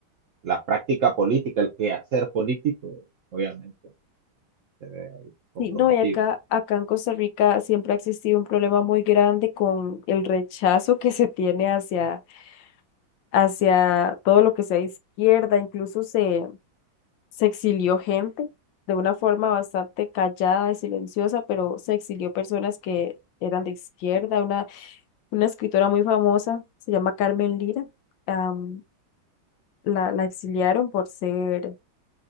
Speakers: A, on the right; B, on the left.
A: la práctica política, el quehacer político, obviamente, se ve ahí comprometido.
B: sí, no, y acá, acá en Costa Rica siempre ha existido un problema muy grande con el rechazo que se tiene hacia, hacia todo lo que sea izquierda, incluso se, se exilió gente de una forma bastante callada y silenciosa, pero se exilió personas que eran de izquierda, una, una escritora muy famosa, se llama Carmen Lira, am, la, la exiliaron por ser,